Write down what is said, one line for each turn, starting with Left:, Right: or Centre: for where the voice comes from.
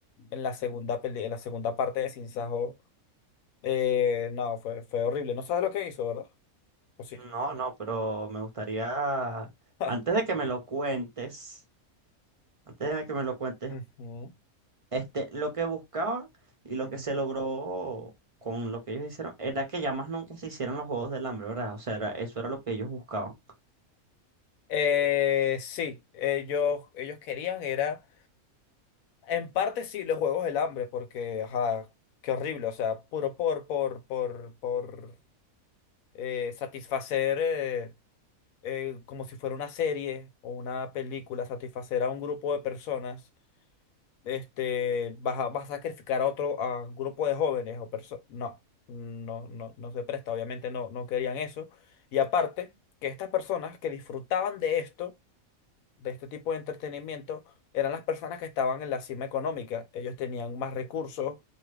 Left: en la segunda peli- en la segunda parte de Sin Sajo, eh, no, fue, fue horrible. No sabes lo que hizo, ¿verdad? Pues sí.
Right: No, no, pero me gustaría,
Left: <laughs>
Right: antes de que me lo cuentes, antes de que me lo cuentes,
Left: Ujú,
Right: este, lo que buscaban y lo
Left: ujú.
Right: que se logró con lo que ellos hicieron era que ya más nunca se hicieran los Juegos del Hambre, ¿verdad? O sea, era- eso era lo que ellos buscaban.
Left: Eh, sí, ellos, ellos querían, era. En parte sí, los juegos del hambre, porque, ajá, qué horrible, o sea, puro por, por, por, por eh, satisfacer, eh, eh, como si fuera una serie o una película, satisfacer a un grupo de personas, este, vas a, vas a sacrificar a otro, a un grupo de jóvenes o personas, no, no, no, no se presta, obviamente no, no querían eso. Y aparte, que estas personas que disfrutaban de esto, de este tipo de entretenimiento eran las personas que estaban en la cima económica. Ellos tenían más recursos,